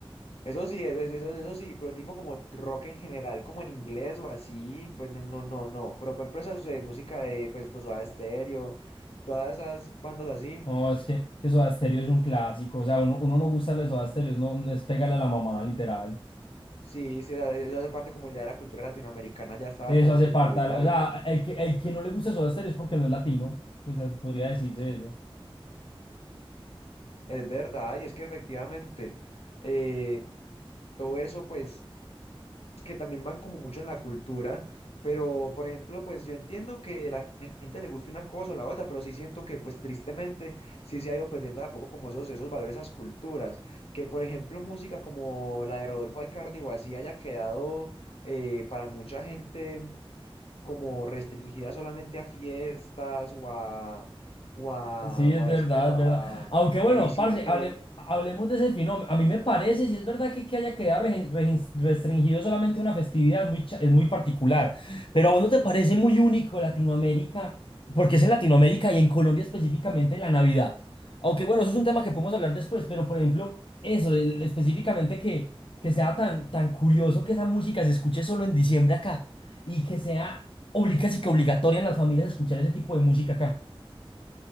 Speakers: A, on the left (about 90°); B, on the left (about 60°).
A: eso sí, eso, eso, eso sí, pero tipo como rock en general, como en inglés o así, pues no, no, no, no, pero por ejemplo eso es de música de, pues esto, Soda Stereo, todas esas bandas así,
B: No, es que, que Soda Stereo es un clásico. O sea, uno, uno no gusta de Soda Stereo, no, no es pegarle a la mamá, literal.
A: sí, sí, o sea, eso hace parte como ya de la cultura latinoamericana, ya está bastante
B: Eso hace
A: incluido
B: parte. de
A: ahí,
B: la- O sea, el que, el que no le gusta Soda Stereo es porque no es latino. Pues así podría decirse eso.
A: es verdad, y es que efectivamente, eh, todo eso pues que también van como mucho en la cultura, pero por ejemplo, pues yo entiendo que la gente le guste una cosa o la otra, pero sí siento que pues tristemente sí se ha ido perdiendo de a poco como esos, esos valores, esas culturas, que por ejemplo música como la de Rodolfo Aicardi o así haya quedado eh, para mucha gente como restringida solamente a fiestas o a, o a,
B: Sí,
A: o
B: es
A: a
B: verdad,
A: esto, a,
B: es verdad. Aunque bueno,
A: a diciembre.
B: parce, hable- hablemos de ese fenómeno. A mí me parece, si es verdad que, que haya quedado regen- regen- restringido solamente una festividad, es muy, cha- es muy particular. Pero a vos no te parece muy único Latinoamérica, porque es en Latinoamérica y en Colombia específicamente la Navidad. Aunque bueno, eso es un tema que podemos hablar después, pero por ejemplo, eso, el- específicamente que, que sea tan, tan curioso que esa música se escuche solo en diciembre acá y que sea obliga- casi que obligatoria en las familias escuchar ese tipo de música acá.